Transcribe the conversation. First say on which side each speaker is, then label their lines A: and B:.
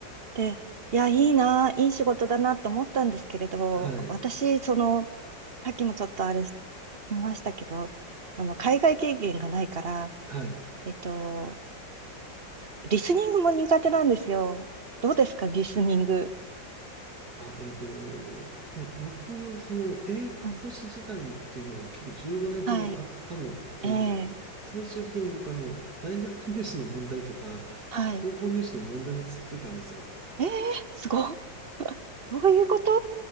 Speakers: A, on the right (about 35°); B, on the right (about 55°).
A: で、いや、いいな、いい仕事だなと思ったんですけれど、
B: はい。
A: 私、その、さっきもちょっとあれ、言いましたけど、あの、海外経験がないから、
B: はい。
A: えっと、リスニングも苦手なんですよ。どうですか、リスニング。
B: あ、えっと、もう僕、その英語講師時代っていうのが結構15年ほどあったのと、
A: うんはい。ええ
B: 最終的に僕あの、大学入試の問題とか、
A: はい。
B: 高校入試の問題も作ってたんですよ。
A: ええすごっ。<laughs> どういうこと